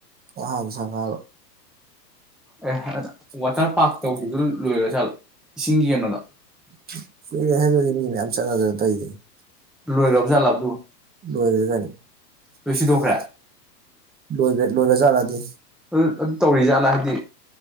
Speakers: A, on the right (about 20°); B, in the centre.
A: ꯅꯍꯥꯟ ꯁꯥꯅꯕ
B: ꯑꯦ ꯋꯥꯇꯔ
A: ꯋꯥꯇ꯭ꯔ
B: ꯄꯥꯔꯛ
A: ꯄꯥꯛ
B: ꯇꯧꯕꯤꯗꯨ
A: ꯇꯧꯒꯤꯕꯗꯨ
B: ꯂꯣꯏꯒ꯭ꯔꯖꯥꯠꯂꯣ
A: ꯂꯣꯏꯒ꯭ꯔꯖꯥꯂꯣ
B: ꯏꯁꯤꯡꯒꯤ
A: ꯏꯁꯤꯡ
B: ꯀꯩꯅꯣꯗꯣ
A: ꯌꯦꯡꯕꯗꯣ ꯀꯨꯏꯔꯦꯍꯦ ꯑꯗꯨꯗꯤ ꯃꯤ ꯃꯌꯥꯝ ꯆꯠꯅꯗꯅ ꯇꯧꯏꯗꯨꯗꯤ
B: ꯂꯣꯏꯒ꯭ꯔꯕ
A: ꯂꯣꯏꯒ꯭ꯔꯝꯖꯥꯠꯂꯕ
B: ꯖꯥꯠꯂꯕ ꯑꯗꯨꯕꯨ
A: ꯂꯣꯏꯒ꯭ꯔꯦ ꯀꯩꯅꯣ ꯂꯣꯏꯁꯤꯗꯣꯛꯈ꯭ꯔꯦ
B: ꯂꯣꯏ ꯁꯤꯗꯣꯛꯈ꯭ꯔꯦ
A: ꯂꯣꯏꯒ꯭ꯔꯦ ꯂꯣꯏꯒ꯭ꯔꯖꯥꯂꯥ ꯑꯗꯨꯗꯤ
B: ꯑꯗꯨ ꯑꯗꯨ ꯇꯧꯔꯤ ꯖꯥꯠꯂꯥ ꯍꯥꯏꯗꯤ